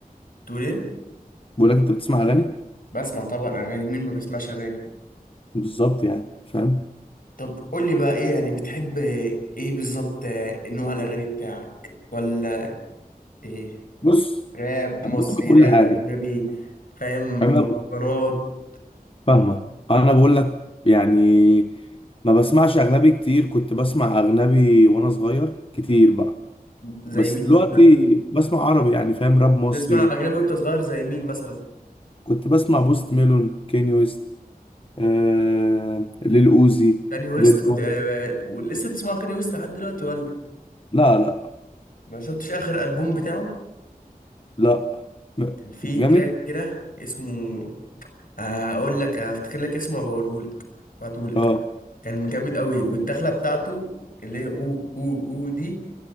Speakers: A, on the left (about 65°); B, on the left (about 35°).
A: تقول ايه
B: بقول لك انت بتسمع اغاني
A: بسمع طبعا اغاني مين ما بيسمعش اغاني
B: بالظبط يعني فاهم
A: طب قول لي بقى ايه يعني بتحب ايه بالظبط آه، نوع الاغاني بتاعك ولا ايه
B: بص
A: راب
B: انا
A: مصري
B: بسمع كل
A: راب
B: حاجه
A: اجنبي فاهم
B: انا
A: مهرجانات
B: ب- فاهمه انا بقول لك يعني ما بسمعش اجنبي كتير كنت بسمع اجنبي وانا صغير كتير بقى
A: زي
B: بس
A: مين
B: دلوقتي
A: مثلا
B: بسمع عربي يعني فاهم راب مصري
A: تسمع اجنبي وانت صغير زي مين مثلا
B: كنت بسمع بوست ميلون كيني ويست آه ليل اوزي
A: كاني ويست
B: ليل
A: كنت
B: بوم
A: آه، لسه بتسمع كاني ويست لحد دلوقتي ولا
B: لا لا
A: ما شفتش اخر البوم بتاعه
B: لا م-
A: كان فيه
B: جامد
A: تراك كده اسمه هقول لك هفتكر لك اسمه وبقوله لك بعته لك
B: اه
A: كان جامد قوي والدخله بتاعته اللي هي او او او دي